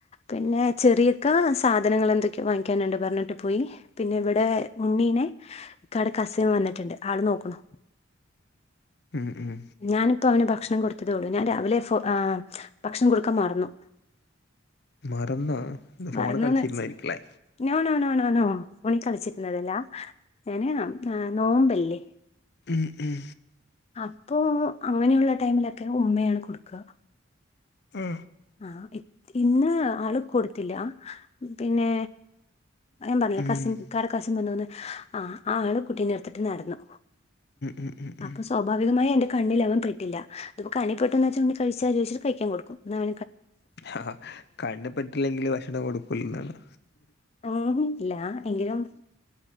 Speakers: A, on the left; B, on the left.
A: പിന്നെ ചെറിയക്കാ സാധനങ്ങൾ എന്തൊക്കെയോ വാങ്ങിക്കാനുണ്ട് പറഞ്ഞിട്ട് പോയീ പിന്നെ ഇവിടേ ഉണ്ണിനെ ഇക്കാടെ കസിൻ വന്നിട്ടുണ്ട് ആള് നോക്കണു
B: ഉം, ഉം.
A: ഞാനിപ്പോ അവന് ഭക്ഷ ഭക്ഷണം കൊടുത്തതേള്ളൂ ഞാൻ രാവിലെ ആ ഭക്ഷണം കൊടുക്കാൻ മറന്നു
B: മറന്നാ ഫോണ്
A: മറന്നുന്ന്
B: കളിച്ചിരുന്നായിരിക്കലേ
A: വെച്ച് നോ നോ നോ നോ ഫോണിൽ കളിച്ചിരുന്നതല്ലാ ഞാന് നോമ്പല്ലേ
B: മം ഉം
A: അപ്പൊ അങ്ങനെയുള്ള ടൈമിലൊക്കെ ഉമ്മയാണ് കൊടുക്കുക
B: ഉം
A: ആ ഇന്ന് ആള് കൊടുത്തില്ല പിന്നെ ഞാൻ പറഞ്ഞില്ലേ
B: ഉം,
A: കസിൻ ഇക്കടെ കസിൻ നിന്നോന്ന് ആ ആള് കുട്ടീനെ എടുത്തിട്ട് നടന്നു
B: ഉം, ഉം, ഉം.
A: അപ്പൊ സ്വാഭാവികമായി എന്റെ കണ്ണിൽ അവൻ പെട്ടില്ല അതിപ്പോ കണ്ണിൽ പെട്ടന്ന് വച്ചിട്ട് കഴിച്ചലോചിച്ചു കഴിക്കൻ കൊടുക്കും അവ
B: ആ കണ്ണിൽപെട്ടില്ലെങ്കില് ഭക്ഷണം കൊടുക്കൂല എന്നാണ്
A: അങ്ങനെയൊന്നും ഇല്ല എങ്കിലും